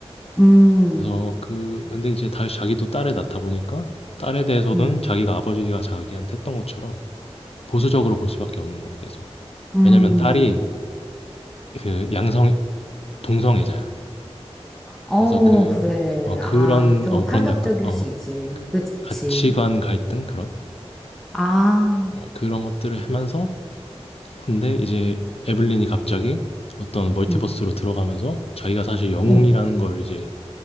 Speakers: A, in the centre; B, on the left.
A: 음,
B: 그래서 그, 근데 이제 다시 자기도 딸을 낳다 보니까 딸에 대해서는
A: 음,
B: 자기가 아버지가 자기한테 했던 것처럼 보수적으로 볼 수밖에 없는 거야, 계속.
A: 음.
B: 왜냐면 딸이 그 양성, 동성애자야.
A: 어,
B: 그래서 그
A: 그래.
B: 어 그런
A: 아, 좀
B: 어
A: 파격적일
B: 그런 약간 어
A: 수 있지. 그치.
B: 가치관 갈등 그런
A: 아,
B: 어 그런 것들을 하면서 근데 이제 에블린이 갑자기 어떤 멀티버스로
A: 응,
B: 들어가면서 자기가 사실 영웅이라는
A: 어.
B: 걸 이제